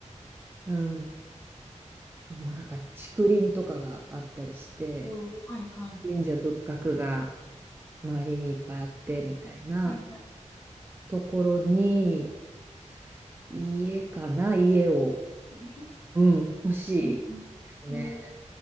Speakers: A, on the right; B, on the left.
A: うん。もうなんか竹林とかがあったりして、
B: おーはいはい。
A: 神社仏閣が周りにいっぱいあって、みたいな
B: はいはい。
A: ところに、家かな、家を、
B: <laughs>
A: うん、欲しいですね。
B: うんうん。ね